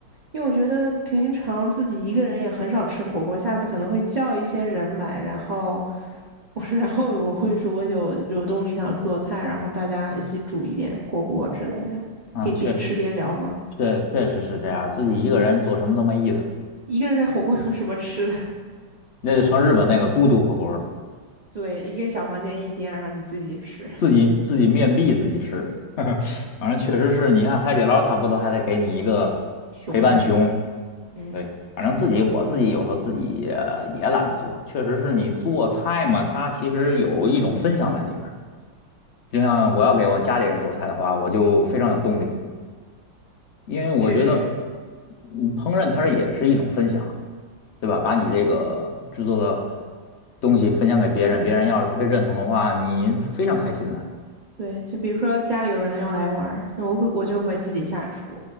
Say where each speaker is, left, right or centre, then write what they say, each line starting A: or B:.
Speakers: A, on the right; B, on the left.
A: 因为我觉得平常自己一个人也很少吃火锅，下次可能会叫一些人来，然后我 <laughs> 然后我会说我有有动力想做菜，然后大家一起煮一点火锅之类的，
B: 啊，
A: 可以边吃边聊吗？
B: 确实确确实是这样，自己一个人做什么都没意思，
A: 一个人在火锅有什么吃的？
B: 那就成日本那个孤独火锅了。
A: <laughs> 对，一个小房间一间，然后你自己吃。
B: 自己自己面壁自己吃，<laughs> 反正确实是你看海底捞，它不都还得给你一个
A: 熊，
B: 陪伴熊？
A: 嗯，
B: 对，反正自己我自己有时候自己呃也懒得做，确实是你做菜嘛，它其实有一种分享在里面儿就像我要给我家里人做菜的话，我就非常有动力，因为我觉得
A: 确实，
B: 嗯烹饪它是也是一种分享啊，对吧？把你这个制作的
A: 嗯，
B: 东西分享给别人，别人要是特别认同的话，你非常开心的。
A: 对，就比如说家里有人要来玩儿那我可我就会自己下厨，